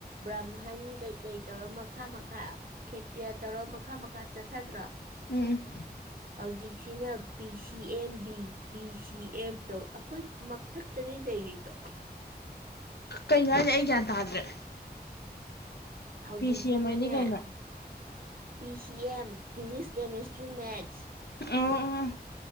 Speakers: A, on the right; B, on the left.
A: ꯕ꯭ꯔꯍꯟ ꯀꯩꯀꯩ ꯇꯧꯔ ꯃꯈꯥ ꯃꯈꯥ ꯈꯦꯇ꯭ꯔꯤꯌꯥ ꯇꯧꯔ ꯃꯈꯥ ꯃꯈꯥ ꯆꯠꯊꯗ꯭ꯔꯣ
B: ꯎꯝ
A: ꯍꯧꯖꯤꯛꯁꯤꯅ P C M B B C M ꯇꯧ ꯑꯩꯈꯣꯏ ꯃꯊꯛꯇꯅꯤ ꯂꯩꯔꯤꯗꯣ
B: ꯀꯩꯅꯣ ꯍꯥꯏꯅꯦ ꯑꯩ ꯒ꯭ꯌꯥꯟ ꯇꯥꯗ꯭ꯔꯦ
A: ꯍꯧꯖꯤꯛꯁꯤꯅꯅꯦ
B: ꯄꯤ ꯁꯤ ꯑꯦꯝꯥꯏꯗꯤ ꯀꯩꯅ
A: P C M physics chemistry maths
B: ꯎꯝ ꯎꯝ